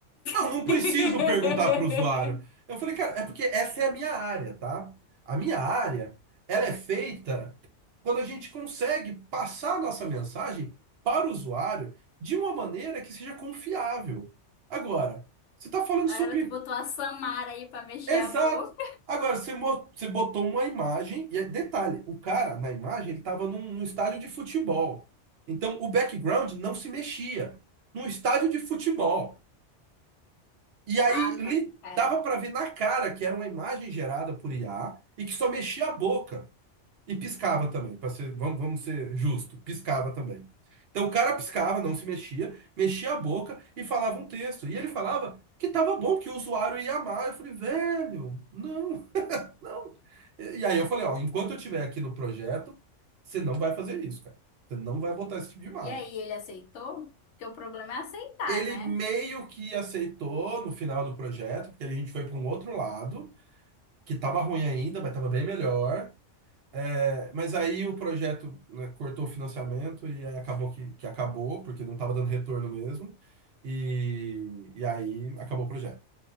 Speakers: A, on the right; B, on the left.
A: Não,
B: <laughs>
A: não preciso perguntar para o usuário. Eu falei, cara, é porque essa é a minha área, tá? A minha área, ela é feita quando a gente consegue passar a nossa mensagem para o usuário de uma maneira que seja confiável. Agora, você está falando
B: Agora
A: sobre...
B: tu botou a Samara aí pra mexer
A: Exato.
B: a boca.
A: Agora, você, mo- você botou uma imagem, e é- detalhe, o cara na imagem, ele estava num, num estádio de futebol. Então, o background não se mexia. Num estádio de futebol. E aí
B: Ah, não,
A: li-
B: cara.
A: dava para ver na cara que era uma imagem gerada por IA e que só mexia a boca e piscava também, para ser, vamos, vamos ser justo, piscava também. Então o cara piscava, não se mexia, mexia a boca e falava um texto. E ele falava que tava bom, que o usuário ia amar. Eu falei, velho, não, <laughs> não. E e aí eu falei, ó, enquanto eu estiver aqui no projeto, você não vai fazer isso, cara. Você não vai botar esse tipo de imagem.
B: E aí, ele aceitou? Porque o problema é aceitar,
A: Ele
B: né?
A: meio que aceitou no final do projeto, porque a gente foi para um outro lado. que estava ruim ainda, mas estava bem melhor. É, mas aí o projeto, né, cortou o financiamento e aí acabou que, que acabou, porque não estava dando retorno mesmo. E, e aí acabou o projeto.